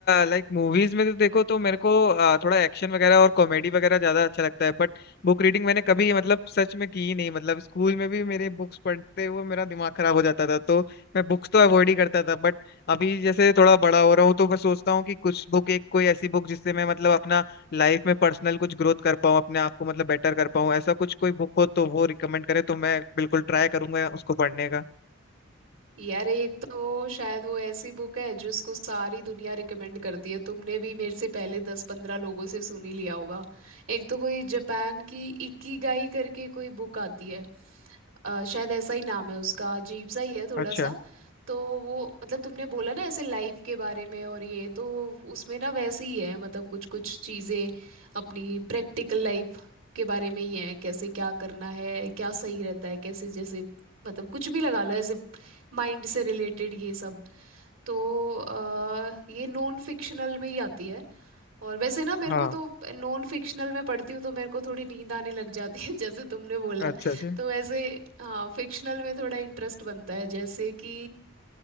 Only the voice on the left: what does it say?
लाइक मूवीज में तो देखो तो मेरे को अ, थोड़ा एक्शन वगैरह और कॉमेडी वगैरह ज्यादा अच्छा लगता है बट बुक रीडिंग मैंने कभी मतलब सच में की ही नहीं मतलब स्कूल में भी मेरे बुक्स पढ़ते हुए मेरा दिमाग खराब हो जाता था तो मैं बुक्स तो अवॉइड ही करता था बट अभी जैसे थोड़ा बड़ा हो रहा हूँ तो मैं सोचता हूँ कि कुछ बुक एक कोई ऐसी बुक जिससे मैं मतलब अपना लाइफ में पर्सनल कुछ ग्रोथ कर पाऊँ अपने आप को मतलब बेटर कर पाऊँ ऐसा कुछ कोई बुक हो तो वो रिकमेंड करे तो मैं बिल्कुल ट्राई करूंगा उसको पढ़ने का
अच्छा
हाँ
अच्छा अच्छा